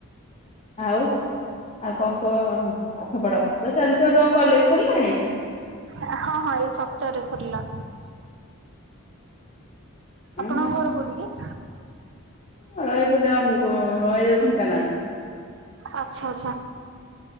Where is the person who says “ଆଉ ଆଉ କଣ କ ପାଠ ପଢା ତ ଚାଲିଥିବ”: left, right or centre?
Left